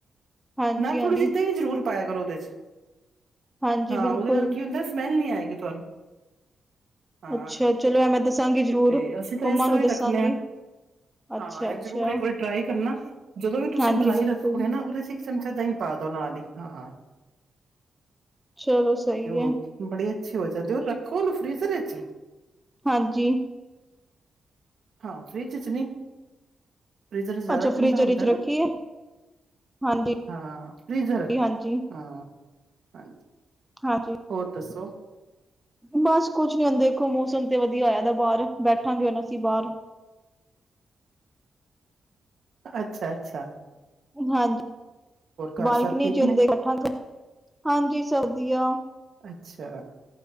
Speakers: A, in the centre; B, on the right.
A: ਹਾਂਜੀ,
B: ਮੈਂ
A: ਹਾਂਜੀ,
B: ਥੋੜ੍ਹੀ ਜਿਹੀ ਦਹੀਂ ਜ਼ਰੂਰ। ਪਾਇਆ ਕਰੋ ਉਹਦੇ 'ਚ
A: ਹਾਂਜੀ
B: ਹਾਂ
A: ਬਿਲਕੁਲ
B: ਉਹਦੇ ਨਾਲ ਕੀ ਹੁੰਦਾ ਸਮੈਲ ਨੀ ਆਏਗੀ ਤੁਹਾਨੂੰ। ਹਾਂ
A: ਅੱਛਾ! ਚਲੋ ਐਹ ਮੈਂ ਦਸਾਂਗੀ ਜ਼ਰੂਰ
B: ਤੇ ਅਸੀਂ ਤਾਂ
A: ਮੰਮਾ
B: ਇਸ ਤਰ੍ਹਾਂ
A: ਨੂੰ
B: ਹੀ ਰੱਖਣੇ
A: ਦੱਸਾਂਗੀ।
B: ਹਾਂ
A: ਅੱਛਾ,
B: ਹਾਂ! ਐਹ
A: ਅੱਛਾ
B: ਜ਼ਰੂਰ ਇੱਕ ਵਾਰੀ ਟਰਾਈ ਕਰਨਾ ਜਦੋਂ ਵੀ ਤੁਸੀਂ
A: ਹਾਂਜੀ
B: ਮਲਾਈ
A: ਬਿਲਕੁਲ
B: ਰੱਖੋਗੇ ਨਾ ਉਹਦੇ 'ਚ। ਇੱਕ ਚਮਚਾ ਦਹੀਂ ਪਾ ਦੋ ਨਾਲ ਹੀ ਹਾਂ।
A: ਚਲੋ ਸਹੀ
B: ਤੇ ਉਹ
A: ਐ
B: ਬੜੀ ਅੱਛੀ ਹੋ ਜਾਂਦੀ ਔਰ ਰੱਖੋ ਉਹਨੂੰ ਫਰੀਜ਼ਰ ਵਿੱਚ।
A: ਹਾਂਜੀ!
B: ਹਾਂ! ਫਰਿੱਜ 'ਚ ਨੀ ਫਰੀਜ਼ਰ ਜ਼ਿਆਦਾ
A: ਅੱਛਾ
B: ਠੰਡਾ
A: ਫ੍ਰੀਜ਼ਰ
B: ਹੁੰਦਾ
A: ਵਿੱਚ
B: ਨਾ।
A: ਰੱਖੀਏ ਹਾਂਜੀ,
B: ਹਾਂ! ਫਰੀਜ਼ਰ ਹਾਂ!
A: ਹਾਂਜੀ,
B: ਹਾਂਜੀ!
A: ਹਾਂਜੀ!
B: ਔਰ ਦੱਸੋ?
A: ਬਸ ਕੁੱਛ ਨੀ ਹੁਣ ਦੇਖੋ ਮੌਸਮ ਤੇ ਵਧੀਆ ਹੋਏ ਦਾ ਬਾਹਰ ਬੈਠਾਂਗੇ ਹੁਣ ਅਸੀਂ ਬਾਹਰ।
B: ਅੱਛਾ! ਅੱਛਾ! ਅੱਛਾ
A: ਹਾਂਜੀ!
B: ਘਰ
A: ਬਾਲਕਨੀ
B: ਸਭ ਠੀਕ
A: 'ਚ ਹੁੰਦੇ
B: ਨੇ
A: ਇਕੱਠਾਂ ਤੋਂ ਹਾਂਜੀ! ਸਭ ਵਧੀਆ।
B: ਅੱਛਾ!